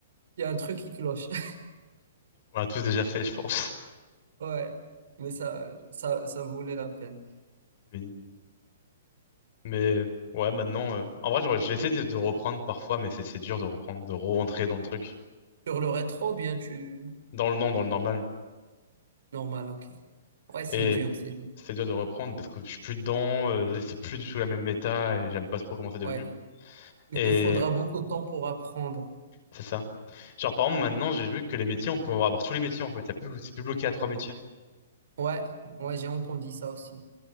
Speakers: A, on the right (about 75°); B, on the left (about 50°).
A: il y a un truc qui cloche. <laughs>
B: On l'a tous déjà fait, je pense.
A: Ouais. Mais ça, ça, ça valait la peine.
B: Oui. Mais ouais, maintenant, euh, en vrai, j'aurais- j'essaie de, de reprendre parfois, mais c'est c'est dur de reprendre, de re-rentrer dans le truc,
A: Sur le rétro, bien, tu.
B: dans le non, dans le normal.
A: Normal, ok. Ouais, c'est
B: Et
A: dur, c'est dur.
B: c'est dur de reprendre parce que je suis plus dedans, euh, c'est plus du tout la même méta et j'aime pas trop comment c'est devenu.
A: Ouais. Il
B: Et
A: te faudra beaucoup de temps pour apprendre.
B: c'est ça. Genre, par exemple, maintenant, j'ai vu que les métiers, on peut avoir tous les métiers en fait. Y a plus, c'est plus bloqué à trois métiers.
A: Ouais, ouais, j'ai entendu ça aussi.